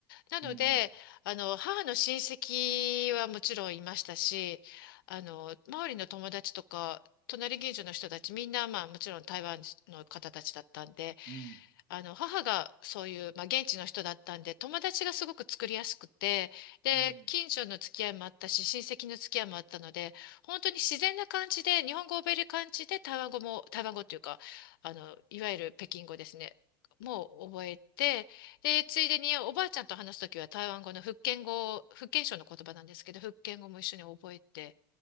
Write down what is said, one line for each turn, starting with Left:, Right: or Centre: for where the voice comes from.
Left: なので、
Right: うん
Left: あの、母の親戚はもちろんいましたし、あの、周りの友達とか、隣近所の人たちみんな、まあもちろん台湾の方たちだったんで、
Right: うん。うん。
Left: あの、母がそういう、まあ、現地の人だったんで、友達がすごく作りやすくて、で、
Right: うん。
Left: 近所の付き合いもあったし、親戚の付き合いもあったので、本当に自然な感じで、日本語を覚える感じで、台湾語も、台湾語というか、あの、いわゆる北京語ですね。もう覚えて、で、ついでにおばあちゃんと話すときは台湾語の福建語、福建省の言葉なんですけど、福建語も一緒に覚えて